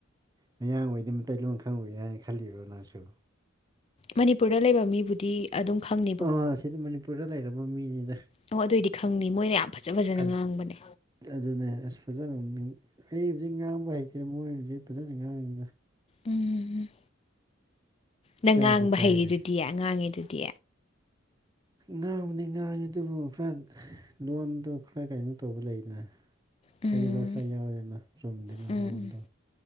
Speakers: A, on the right; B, on the left.
A: ꯃꯌꯥꯡ ꯑꯣꯏꯗꯤ ꯃꯩꯇꯩꯂꯣꯟ ꯈꯪꯉꯣꯏ ꯍꯥꯏꯅ ꯈꯜꯂꯤꯔꯣ ꯅꯪꯁꯨ
B: ꯃꯅꯤꯄꯨꯔꯗ ꯂꯩꯕ ꯃꯤꯕꯨꯗꯤ ꯑꯗꯨꯝ ꯈꯪꯅꯤ
A: ꯑꯣ ꯁꯤꯗꯤ ꯃꯅꯤꯄꯨꯔꯗ ꯂꯩꯔꯕ ꯃꯤꯅꯤꯗ
B: ꯑꯣ ꯑꯗꯨꯑꯣꯏꯗꯤ ꯈꯪꯅꯤ ꯃꯣꯏꯅ ꯌꯥꯝ ꯐꯖꯥ ꯐꯖꯅꯥ
A: ꯑꯠ-
B: ꯉꯥꯡꯕꯅꯦ
A: ꯑꯗꯨꯅꯦ ꯑꯁ ꯐꯖꯅꯥ ꯑꯩ ꯍꯧꯖꯤꯛ ꯉꯥꯡꯕ ꯍꯩꯇꯦ ꯃꯣꯏ ꯍꯧꯖꯤꯛ ꯐꯖꯅꯥ ꯉꯥꯡꯉꯤꯗ
B: ꯎꯝ꯫ ꯅꯪ
A: ꯏꯀꯥꯏꯕꯨ
B: ꯉꯥꯡꯕ
A: ꯏꯀꯥꯏꯗꯦ
B: ꯍꯩꯔꯤꯗꯨꯗꯤ ꯉꯥꯡꯉꯤꯗꯨꯗꯤ
A: ꯉꯥꯡꯕꯨꯗꯤ ꯉꯥꯡꯉꯤ ꯑꯗꯨꯕꯨ ꯈꯔ ꯂꯣꯟꯗꯣ ꯈꯔ ꯀꯩꯅꯣ ꯇꯧꯕ ꯂꯩꯗꯅ
B: ꯎꯝ
A: ꯐꯩꯕ ꯈꯔ ꯌꯥꯎꯋꯤꯗꯅ ꯆꯨꯝꯗꯦꯅ
B: ꯎꯝ
A: ꯂꯣꯟꯗꯣ